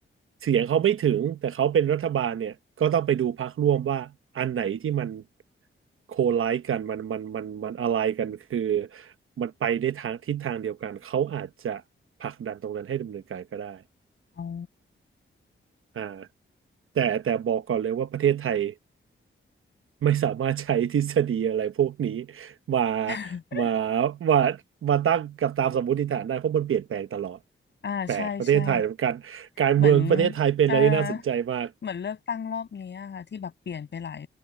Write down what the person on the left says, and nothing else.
อ๋อ
<laughs>
อ่าใช่ใช่
เหมือนเอ่อเหมือนเลือกตั้งรอบนี้อะค่ะที่แบบเปลี่ยนไปหลาย